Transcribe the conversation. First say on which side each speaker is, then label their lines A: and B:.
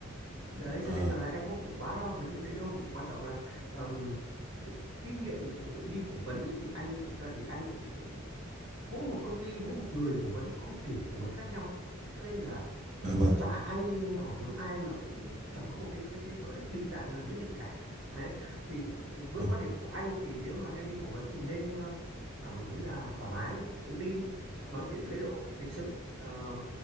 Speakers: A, on the right; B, on the right.
A: đấy cho
B: à
A: nên rằng là em không phải quá lo về cái việc đấy đâu chỉ quan trọng là ờm, kinh nghiệm đi phỏng vấn ấy, thì anh thực ra thì anh cũng cũng mỗi một công ty mỗi một người phỏng vấn có một kiểu phỏng vấn khác nhau cho nên là ờ,
B: dạ vâng
A: chả ai hỏi giống ai mà cũng chẳng có một cái cái cái gọi là định dạng nào nhất định cả đấy thì với
B: à,
A: quan điểm của anh thì nếu mà em đi phỏng vấn thì nên ờ, cảm thấy là thoải mái tự tin nói chuyện lễ độ lịch sự Ờ,